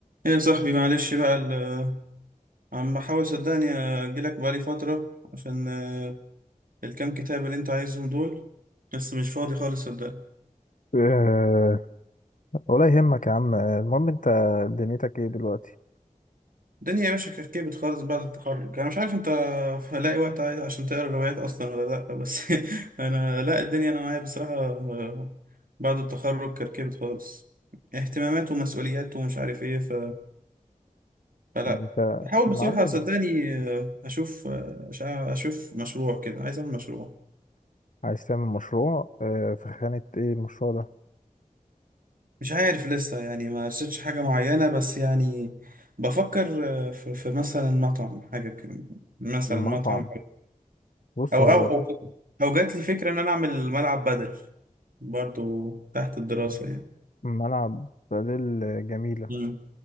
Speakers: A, on the right; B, on the left.
A: ايه يا صاحبي معلش بقى ال- عم بحاول صدقني اجيلك بقالي فترة عشان آه، الكام كتاب اللي انت عايزهم دول بس مش فاضي خالص صدقني
B: أه ولا يهمك يا عم آه، المهم انت دنيتك ايه دلوقتي
A: الدنيا يا باشا كركبت خالص بعد التخرج انا مش عارف انت هلاقي وقت عايز عشان تقرا روايات اصلا ولا لا بس <laughs> انا لا الدنيا انا معايا بصراحة آه، بعد التخرج كركبت خالص اهتمامات ومسؤوليات ومش عارف ايه ف... فلا
B: ما انت
A: بحاول
B: ما
A: بصراحة
B: لازم
A: صدقني آه، اشوف آه، أشع- اشوف مشروع كده عايز اعمل مشروع
B: عايز تعمل مشروع أه في خانة ايه المشروع ده
A: مش عارف لسه يعني ما رسيتش حاجة معينة بس يعني بفكر آه، في, في مثلا مطعم حاجة كده. مثلا
B: مطعم
A: مطعم
B: بص
A: أو
B: هو
A: أو أو أو جات لي فكرة إن أنا أعمل ملعب بدل برضو تحت الدراسة يعني
B: ملعب بدل جميلة
A: مم.